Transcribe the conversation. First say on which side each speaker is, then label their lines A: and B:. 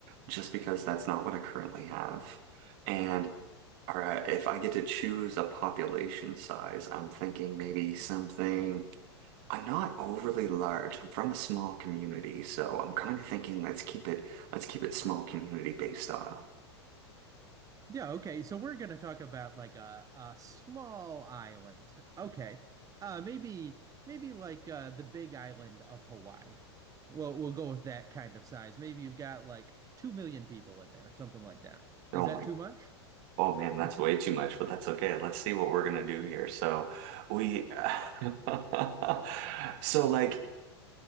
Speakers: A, on the right; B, on the right.
A: just because that's not what I currently have. And all right, if I get to choose a population size, I'm thinking maybe something. I'm not overly large. I'm from a small community, so I'm kind of thinking let's keep it let's keep it small community-based style.
B: Yeah, okay. So we're going to talk about like a a small island. Okay. Uh maybe maybe like uh the big island of Hawaii. Well, we'll go with that kind of size. Maybe you've got like 2 million people in there, something like that.
A: Oh
B: Is that
A: my
B: too much?
A: Oh man, that's
B: <laughs>
A: way too much, but that's okay. Let's see what we're gonna do here. So we, <laughs> so like,